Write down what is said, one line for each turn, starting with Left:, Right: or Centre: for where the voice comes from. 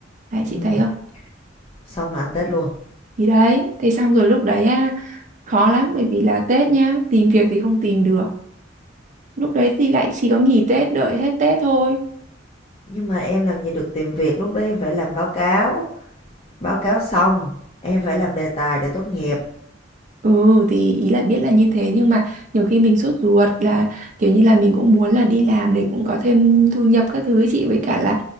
Right: đấy chị
Left: ừ.
Right: thấy không
Left: xong là ăn tết luôn
Right: Thì đấy, thế xong rồi lúc đấy á, khó lắm bởi vì là Tết nhá, tìm việc thì không tìm được. Lúc đấy thì lại chỉ có nghỉ Tết, đợi hết Tết thôi.
Left: nhưng mà em làm gì được tìm việc lúc đấy em phải làm báo cáo Báo cáo xong, em phải làm đề tài để tốt nghiệp.
Right: Ừ thì ý là biết là như thế nhưng mà nhiều khi mình sốt ruột là kiểu như là mình cũng muốn là đi làm để cũng có thêm thu nhập các thứ ấy chị với cả là